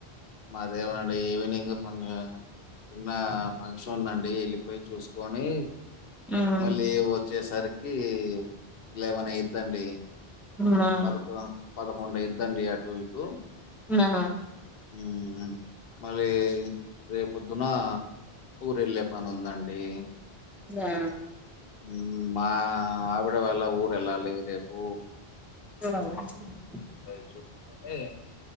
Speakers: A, on the left; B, in the centre.
A: మాదేవ అండి ఈవినింగ్ ఫంక్షన్ చిన్న ఫంక్షన్ ఉందండి వెళ్లిపోయి చూసుకొని
B: మ్మ్
A: మళ్లీ వచ్చేసరికి ఎల్వీన్ అయితదండి
B: మా
A: పదకో పదకొండు అయిద్ది అండి అటు ఇటు
B: మా
A: ఉ మళ్లీ రేపు పొద్దున్న ఊరు వెళ్లే పని ఉందండి
B: సా
A: ఉహ్మ్ మా ఆవిడ వాళ్ళ ఊరు వెళ్ళాలి రేపు
B: ఆ <unintelligible>
A: అవి చూసుకొని